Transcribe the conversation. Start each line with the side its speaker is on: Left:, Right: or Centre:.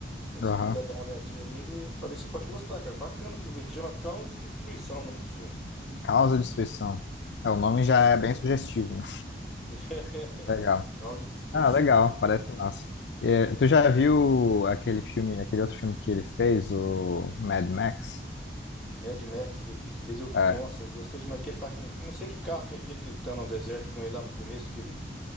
Centre: Aí se
Left: aham.
Centre: você puder dar uma olhadinha ali, ele- talvez você pode gostar, cara. Bacana o filme. Chama Caos e Destruição, é o nome do filme.
Left: Causa e destruição. É, o nome
Centre: Isso.
Left: já é bem sugestivo, né?
Centre: <laughs>
Left: <laughs> Legal.
Centre: Caos e Destruição.
Left: Ah, legal, parece massa. É, tu já viu aquele filme, aquele outro filme que ele fez, o Mad Max?
Centre: Mad Max dele que ele fez, eu,
Left: É,
Centre: nossa, eu gostei demais que ele tá com, eu não sei que carro que é aquele que ele tá no deserto com ele lá no começo, que ele